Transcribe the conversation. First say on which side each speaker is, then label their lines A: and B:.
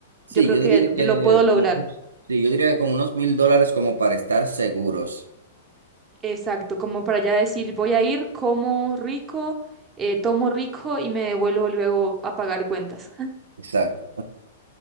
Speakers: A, on the right (about 85°); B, on the right (about 20°).
A: Sí,
B: Yo creo
A: yo
B: que
A: diría que
B: lo puedo lograr.
A: con unos, sí, yo diría que con unos mil dólares como para estar seguros.
B: Exacto, como para ya decir, voy a ir, como rico, eh, tomo rico y me devuelvo luego a pagar cuentas. <laughs>
A: Exacto.